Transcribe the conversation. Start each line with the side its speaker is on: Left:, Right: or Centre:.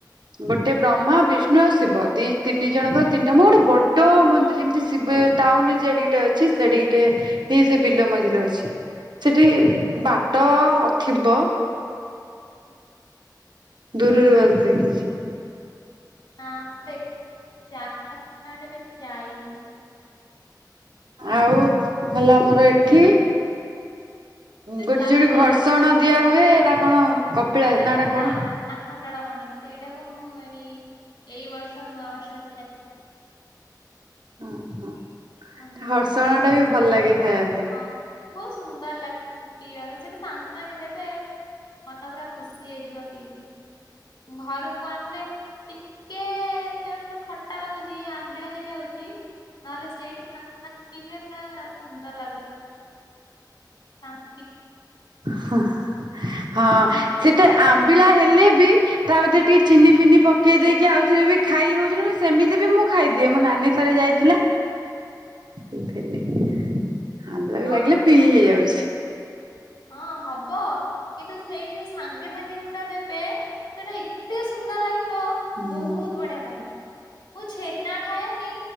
Right: ଗୋଟେ ବ୍ରହ୍ମା ବିଷ୍ଣୁ ଆଉ ଶିବ। ଦି ତିନି ଜଣଙ୍କର ତିନିଟା ମୁହଁ। ଗୋଟେ ବଡ଼ ମନ୍ଦିର। ଯେମିତି ଶିବ, ଟାଉନ୍ ରେ ଜେଡିକି ଟେ ଅଛି। ସେଡ଼ିକି ଟେ ହିଁ ସେ ବିଲ ମଝିରେ ଅଛି। ସେଠି ବାଟ ଅ ଥିବ? ଦୂରରୁ
Left: ନା
Right: ବାସ୍ ଦେଖିଛି।
Left: <unintelligible>
Right: ଆଉ ହେଲା ଆମର ଏଠି ଗୋଟେ
Left: ଯାତ୍ରା
Right: ଯୋଉଠି ଘର୍ଷଣ ଦିଆ ହୁଏ। ହେଟା କଣ? କପିଳା
Left: <unintelligible>
Right: ନା ଏଟା କଣ?
Left: ଆଖଣ୍ଡଳମଣି। ସେଇ ଟାକୁ ମୁଁ ଏଇ, ଏଇ ବର୍ଷ ନୂଆ ବର୍ଷ ରେ ଯାଇଥିଲି।
Right: ଅ ହଁ।
Left: ଖଣ୍ଡମଣି
Right: ଖର୍ଷଣ ଟା ବି ଭଲ୍ ଲାଗେ ଖାଇବାକୁ।
Left: ହଁ, ବୋହୁତ୍ ସୁନ୍ଦର ଲାଗେ। ପିଇବା ପାଇଁ। ସେଠୁ ସାଙ୍ଗେ ସାଙ୍ଗେ ଦେବେ, ମନ ପୁରା ଖୁସି ହେଇଯିବ ପିଇକି। ଘରକୁ ଆସିଲେ? ଟିକେ ଜଷ୍ଟ ଖଟା ଲାଗୁଚି, ଆମ୍ବିଳା ହେଇ ଯାଉଚି ନହେଲେ ସେଇଠି ଫାଙ୍କା ଥିଲେ ପୁରା ସୁନ୍ଦର ଲାଗୁଚି। ଶାନ୍ତି।
Right: ହଁ। ହଁ ସେଟା ଆମ୍ବିଳା ହେଲେ ବି ତା ମଧ୍ୟରେ ଟିକେ ଚିନି ଫିନି ପକେଇ ଦେଇକି ଆଉ ଥରେ ବି ଖାଇ ହୋଉଛି। ନହେଲେ ସେମିତି ବି ମୁଁ ଖାଇଦିଏ। ମୋ ନାନୀ ଥରେ ଯାଇଥିଲା <unintelligible> ଆମ୍ବିଳା
Left: ହଁ
Right: ବି ଲାଗିଲେ ପିଇ
Left: ଆଜ୍ଞା
Right: ହେଇଯାଉଛି।
Left: ହଁ ହବ। କିନ୍ତୁ ସେଇଠି ଯୋଉ ସାଙ୍ଗେ ସାଙ୍ଗେ ଯୋଉଟା ଦେବେ ସେଟା ଏତେ ସୁନ୍ଦର୍ ଲାଗିବ।
Right: ହୁଁ
Left: ବୋହୁତ୍ ବଢ଼ିଆ ଲାଗେ। ମୁଁ ଛେନା ଖାଏନି।